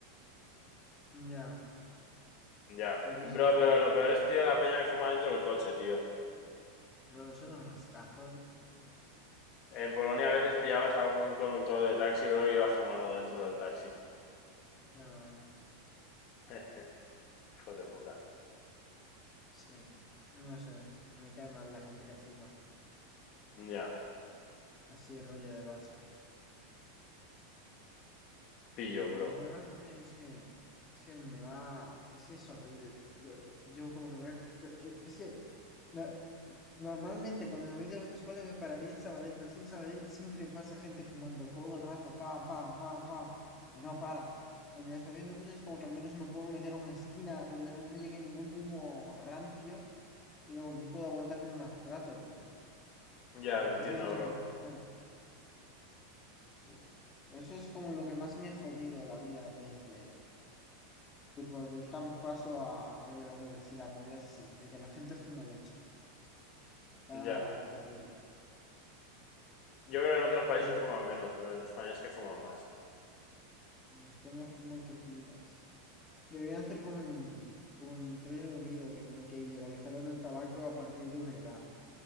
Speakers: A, on the left; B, on the left.
A: Ya.
B: Ya.
A: Pero
B: Bro,
A: eso,
B: pero
A: me
B: lo peor
A: parece
B: es, tío, la peña que fuma dentro del coche, tío.
A: los son un ascazo.
B: En Polonia a veces pillabas a algún conductor de taxi, bro, que iba fumando dentro del taxi.
A: Qué mal.
B: <laughs> Hijos de puta.
A: Sí, no sé. Me cae mal la gente que fuma.
B: Ya,
A: Así el rollo de base.
B: pillo,
A: Pero
B: bro.
A: eso hace es que. Es que me va. Es que es horrible, tío. que yo como que voy a. que- es que. na- normalmente cuando me voy de la otra escuela me pararía en Sabadell, pero es que en Sabadell siempre pasa gente fumando todo el rato. Pam, pam, pam, pam. No para. En la estación de buses como que al menos me puedo meter a una esquina donde no me llegue ningún humo rancio Y como que puedo aguantarme más rato, pero
B: Ya,
A: que
B: lo
A: tampoco
B: entiendo,
A: hay mucha
B: bro.
A: cosa que hacer. Sí. eso es como lo que más me ha jodido la vida desde, tipo, del camp paso a rollo a la universidad, movidas así, de que la gente fuma mucho. Está
B: Ya.
A: horrible.
B: Yo creo que en otros países
A: Y otro,
B: fuman menos, bro. En España es que fuman más.
A: en España fuman que flipas. Deberían hacer como en, como en Reino Unido, que como que ilegalizaron el tabaco a partir de una edad.